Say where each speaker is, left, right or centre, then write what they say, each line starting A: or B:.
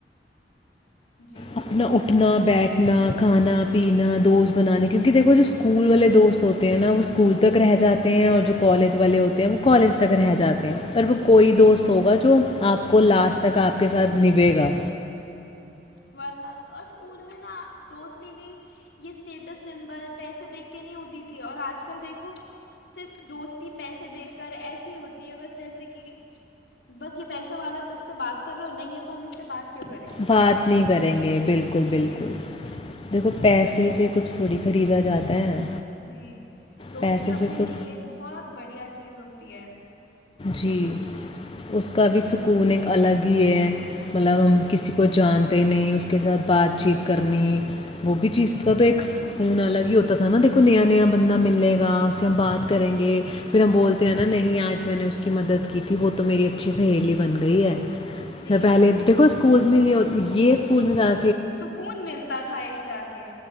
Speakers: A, on the left (about 75°); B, on the left (about 30°).
A: جی
B: اپنا اٹھنا بیٹھ اپنا کھانا پینا دوست بنانے کیونکہ دیکھو جو اسکول والے دوست ہوتے ہیں نا وہ اسکول تک رہ جاتے ہیں اور جو کالج والے ہوتے ہیں وہ کالج تک رہ جاتے ہیں ا وہ کوئی
A: جی
B: دوست ہوگا جو آپ کو لاسٹ تک آپ کے ساتھ نبے گا
A: ورنہ تو اور اسکول میں نا دوستی بھی یہ اسٹیٹس سمبل پیسے دیکھ کے نہیں ہوتی تھی اور آج کل دیکھو صرف دوستی پیسے دیکھ کر ایسی ہوتی ہے بس جیسے کہ بس یہ پیسے والا تو اس سے بات کر رہو ہو نہیں ہے تو ہم اس سے بات کیوں کریں
B: بات نہیں کریں گے بالکل بالکل
A: جی
B: دیکھو پیسے اس سےچھ تھوڑی خریدا جاتا ہے
A: جی دوستی
B: پیسے
A: اپنے
B: سے تو
A: میں یہ ایک بہت بڑھیا چیز ہوتی تی ہے
B: جی اس کا بھی
A: جی
B: سکون ایک الگ ہے مطلب ہم کسی کو جانتے نہیں اس کے ساتھ بات چیت کرنی وہ بھی چیز س تو ایککون الگ ہی ہوتا تھا نا دیکو نیا نیا بندہ ملے گ ھر ہم بات
A: جی
B: کریں گے پھر ہم بولتے ہے نا نہیں آج میں نے اس کی مدد کی تھی وہ تو میری اچھی سہیلی بن گئی ہے
A: جی
B: پہلے دیکھو اسکول میں یہ یہ اسکول میں جا
A: سکون ملتا تھا ایک جا کے